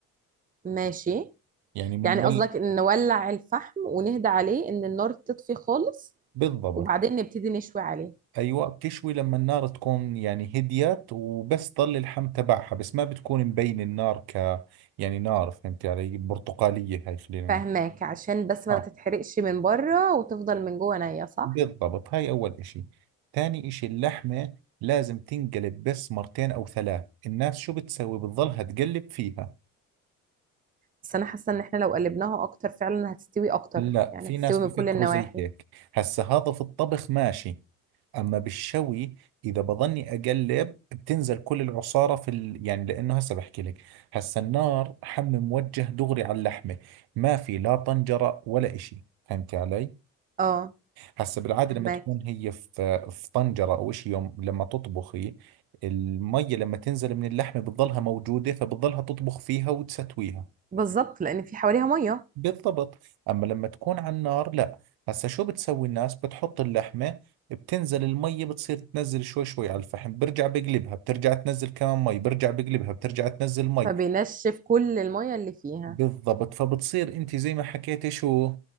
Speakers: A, on the right (about 20°); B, on the right (about 60°).
A: ماشي
B: يعني بنولع
A: يعني قصدك ان نولع الفحم ونهدى عليه ان النار تطفي خالص
B: بالضبط
A: وبعدين نبتدي نشوي عليه
B: ايوه بتشوي لما النار تكون يعني هديت وبس ضل اللحم تبعها بس ما بتكون مبين النار ك يعني نار فهمت علي برتقالية هاي خلينا نحكي
A: فاهماك عشان بس
B: اه
A: ما تتحرقش من بره وتفضل من جوه نية صح
B: بالضبط هاي اول اشي ثاني اشي اللحمة لازم تنقلب بس مرتين او ثلاث الناس شو بتسوي بتضلها تقلب فيها
A: بس انا حاسه ان احنا لو قلبناها اكتر فعلا هتستوي اكتر
B: لا
A: يعني
B: في
A: هتستوي
B: ناس بيفكروا
A: من كل النواحي
B: زي هيك هسا هذا في الطبخ ماشي اما بالشوي اذا بظني اقلب بتنزل كل العصاره في ال... يعني لانه هسه بحكي لك هسه النار حم موجه دغري على اللحمه ما في لا طنجره ولا إشي فهمتي علي
A: اه
B: هسه بالعاده
A: فهماك
B: لما تكون هي في في طنجره او إشي يوم لما تطبخي المية لما تنزل من اللحمه بتضلها موجوده فبتضلها تطبخ فيها وتستويها
A: بالظبط لان في حواليها ميه
B: بالضبط أما لما تكون على النار لا هسا شو بتسوي الناس بتحط اللحمة بتنزل المية بتصير تنزل شوي شوي على الفحم برجع بقلبها بترجع تنزل كمان مي برجع بقلبها بترجع تنزل مي
A: فبينشف كل الميه اللي فيها
B: بالضبط فبتصير انت زي ما حكيتي شو